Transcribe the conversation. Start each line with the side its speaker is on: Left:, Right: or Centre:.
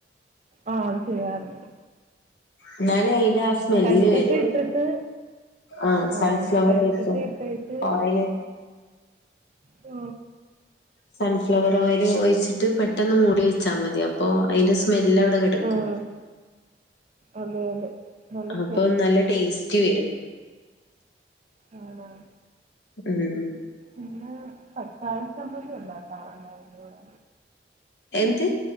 Right: ആ അത് ചെയ്യാറുണ്ട്.
Left: ഇന്നാലേ അയിന്റെ ആ സ്മെല്ല്
Right: കരിക്കട്ട
Left: വരുള്ളു.
Right: ഇട്ടിട്ട്
Left: ആഹ സൽഫ്ലവർ
Right: ആഹ് കരിക്കട്ട
Left: ആയിരിക്കും
Right: ഇട്ടേച്ച്
Left: കോയല്
Right: ഓ
Left: സൺഫ്ലവർ ഓയിൽ ഒഴിച്ചിട്ട് പെട്ടെന്ന് മൂടി വെച്ചാ മതി അപ്പോൊ അതിന്റെ സ്മെല്വി ക്കും
Right: ആഹ് അതെ അതെ നല്ല
Left: അപ്പൊ
Right: സ്മെല്ല്
Left: നല്ല
Right: കിട്ടും.
Left: ടേസ്റ്റി വരും
Right: ആഹ്
Left: ഉം
Right: പിെ പത്ത സംമ്മതി ഉണ്ടായി കാണണ്ടതിന്റെ കൂടെ
Left: എന്ന്ത്